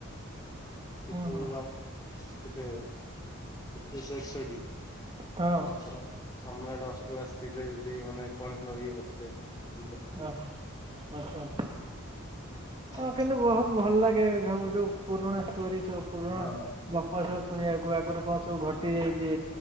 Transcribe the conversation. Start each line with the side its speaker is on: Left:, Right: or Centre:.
Left: <unintelligible>
Right: ହୁଁ ହୁଁ
Left: ଏକୋଇଶ ଏକଷଠି
Right: ହଁ
Left: ହ ଛ ସମ୍ରାଟ <unintelligible> ଆସିଥିଲେ ସେ ସେଠି ମାନେ କଣ ମରି <unintelligible> ଥିଲେ <unintelligible> କରିଥଲେ
Right: ଓହୋ ଆଚ୍ଛା ଆଚ୍ଛା।
Left: <unintelligible>
Right: ହଁ କିନ୍ତୁ ବୋହୁତ ଭଲ ଲାଗେ ସବୁ ଯୋଉ ପୁରୁଣା ଷ୍ଟୋରି ସବୁ ପୁରୁଣା
Left: ହଁ
Right: ଗ ପ ସବୁ ଶୁଣିବାକୁ ଆଗରୁ କଣ ସବୁ ଘଟି ଯାଇଛି।